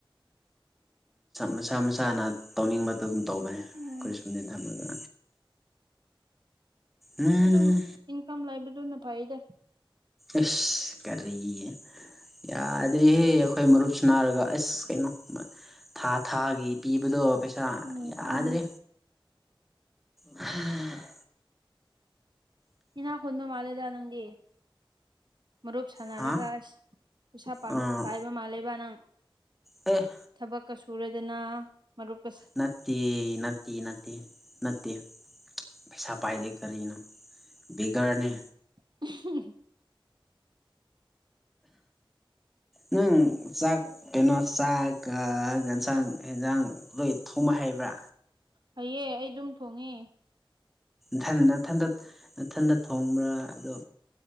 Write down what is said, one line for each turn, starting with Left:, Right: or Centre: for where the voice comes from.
Centre: ꯃꯁꯥ ꯃꯁꯥꯅ ꯇꯧꯅꯤꯡꯕꯗꯨ ꯑꯗꯨꯝ ꯇꯧꯕꯅꯦ
Right: ꯎꯝ
Centre: ꯀꯔꯤꯁꯄꯗꯤ ꯊꯝꯃꯒ ꯎꯝ
Right: ꯑꯗꯨꯝ ꯏꯟꯀꯝ ꯂꯩꯕꯗꯨꯅ ꯐꯩꯗ
Centre: ꯑꯦꯁ ꯀꯔꯤꯦ ꯌꯥꯗꯦꯍꯦ ꯑꯩꯈꯣꯏ ꯃꯔꯨꯞꯁꯤ ꯅꯥꯔꯒ ꯑꯁ ꯀꯩꯅꯣ ꯊꯥ ꯊꯥꯒꯤ ꯄꯤꯕꯗꯣ ꯄꯩꯁꯥ
Right: ꯎꯝ
Centre: ꯌꯥꯗ꯭ꯔꯦ
Right: ꯎꯝ
Centre: ꯎꯝ
Right: ꯏꯅ ꯍꯟ ꯃꯥꯂꯦꯗꯥ ꯅꯪꯒꯤ ꯃꯔꯨꯞ ꯁꯥꯟꯅꯔꯒ
Centre: ꯍꯥ
Right: ꯑ ꯈꯨꯩꯁꯥ
Centre: ꯑꯥ
Right: ꯄꯥꯏꯕ ꯃꯥꯜꯂꯕ ꯅꯪ
Centre: ꯑꯦ
Right: ꯊꯕꯛꯀ ꯁꯨꯔꯗꯅ ꯃꯨ ꯀꯁ
Centre: ꯅꯠꯇ ꯅꯠꯇ ꯅꯠꯇꯦ ꯅꯠꯇꯦ ꯄꯩꯁꯥ ꯄꯥꯏꯗꯦ ꯀꯔꯤꯅꯣ ꯕꯦꯒꯔꯅꯦ
Right: <inaudible>
Centre: ꯅꯪ ꯆꯥꯛ ꯀꯩꯅꯣ ꯆꯥꯛ ꯌꯦꯟꯁꯥꯡ ꯑꯦꯟꯁꯥꯡ ꯂꯣꯏ ꯊꯣꯡꯕ ꯍꯩꯕ꯭ꯔꯥ
Right: ꯍꯑꯦ ꯑꯩ ꯑꯗꯨꯝ ꯊꯣꯡꯉꯦ
Centre: ꯊꯊꯟꯗꯊꯟꯗ ꯊꯣꯡꯕ꯭ꯔꯥ ꯑꯗꯣ